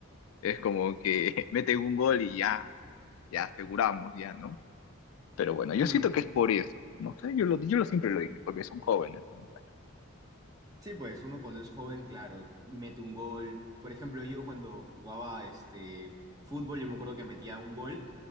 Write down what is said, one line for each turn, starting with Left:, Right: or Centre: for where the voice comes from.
Left: es como que <laughs> mete un gol y ya, ya aseguramos, ya, ¿no? Pero bueno,
Right: Mm,
Left: yo siento que es por eso, no sé, yo lo, yo lo siempre lo dije, porque son jóvenes. los muchachos.
Right: Sí, pues uno cuando es joven, claro, mete un gol. Por ejemplo, yo cuando jugaba este fútbol, yo me acuerdo que metía un gol